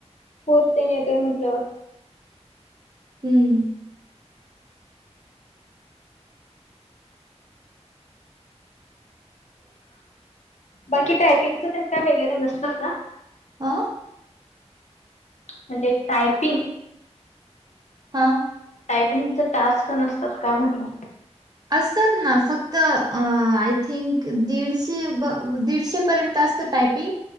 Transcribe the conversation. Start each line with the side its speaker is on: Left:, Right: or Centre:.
Left: पुर ते न येतोय म्हटल.
Right: हम्म
Left: बाकी टायपिंगच काय वगैरे नसत का?
Right: अ
Left: म्हणजे टायपिंग
Right: हा
Left: टायपिंगच टास्क नसतात का म्हटल.
Right: असतात ना फक्त, अ आय थिंक दीडशे ब दीडशे पर्यंत असत तात, टायपिंग